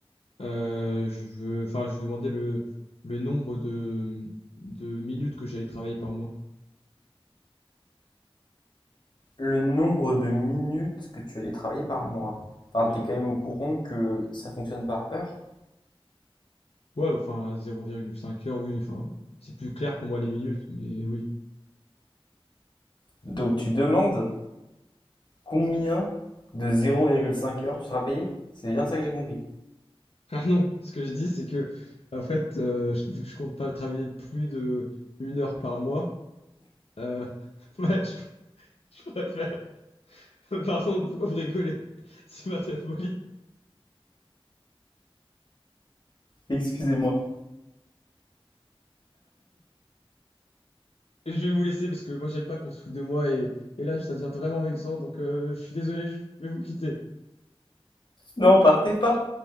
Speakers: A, on the left; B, on the left.
A: euh, je veux, enfin, je vous demandais le, le nombre de, de minutes que j'allais travailler par mois.
B: Le nombre de minutes que tu allais travailler par mois. Enfin,
A: Oui.
B: tu es quand même au courant que ça fonctionne par heure.
A: Ouais, enfin, 0,5 heures, oui, enfin, c'est plus clair pour moi les minutes, mais oui. <laughs>
B: Donc tu demandes combien de 0,5 heures tu seras payé? C'est bien ça que j'ai compris.
A: Ah non, ce que je dis, c'est que, en fait, euh, je- vu que je compte pas travailler plus de une heure par mois, euh, <laughs> bah, je, je préfère. <laughs> Pardon, pourquoi vous rigolez? <laughs> C'est pas très poli.
B: Excusez-moi.
A: Et Je vais vous laisser parce que moi j'aime pas qu'on se foute de moi et, et là ça devient vraiment vexant donc euh, je suis désolé, je vais vous quitter.
B: Non, partez pas.